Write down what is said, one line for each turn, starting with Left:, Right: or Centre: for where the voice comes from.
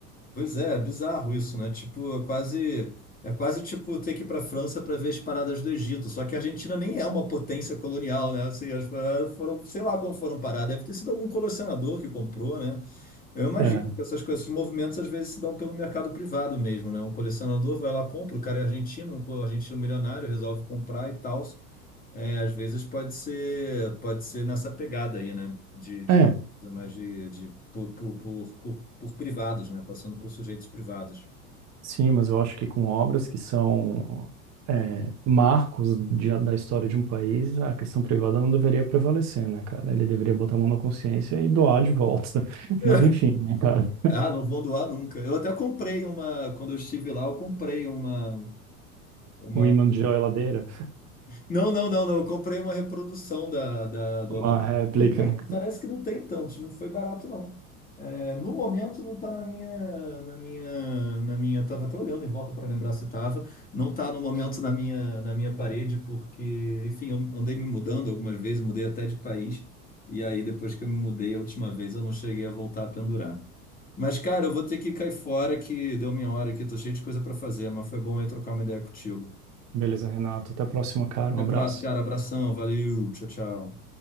Left: Pois é, é bizarro isso, né? Tipo, é quase, é quase tipo ter que ir pra França para ver as paradas do Egito, só que a Argentina nem é uma potência colonial, né? Assim, as paradas foram, sei lá como foram parar, deve ter sido algum colecionador que comprou, né? Eu imagino
Right: É,
Left: que essas coisas, esses movimentos às vezes se dão pelo mercado privado mesmo, né? Um colecionador vai lá, compra, o cara é argentino, um co- argentino milionário, resolve comprar e tal. É, às vezes pode ser, pode ser nessa pegada aí, né? De, de
Right: é,
Left: coisa mais de, de por, por, por, por, por privados, né? Passando por sujeitos privados.
Right: sim, mas eu acho que com obras que são é, marcos de- da história de um país, a questão privada não deveria prevalecer, né, cara? Ele deveria botar a mão na consciência e doar de volta. <laughs>
Left: <laughs>
Right: Mas enfim, né, cara?
Left: Ah, não vão doar nunca. Eu até comprei uma, quando eu estive lá, eu comprei uma uma,
Right: O imã de geladeira,
Left: Não, não, não, não. Eu comprei uma reprodução da, da, do
Right: uma
Left: Abapoxi.
Right: réplica.
Left: Não tem, parece que não tem tantos, não foi barato, não. É, no momento não tá na minha, na minha, na minha. Tava até olhando em volta para lembrar se tava. Não tá no momento na minha, na minha parede, porque, enfim, eu andei me mudando algumas vezes, mudei até de país. E aí, depois que eu me mudei a última vez, eu não cheguei a voltar a pendurar. Mas, cara, eu vou ter que cair fora que deu minha hora aqui, tô cheio de coisa para fazer, mas foi bom aí trocar uma ideia contigo.
Right: Beleza, Renato. Até a próxima, cara.
Left: Até
Right: Um abraço.
Left: a próxima, cara. Abração, valeu, tchau, tchau.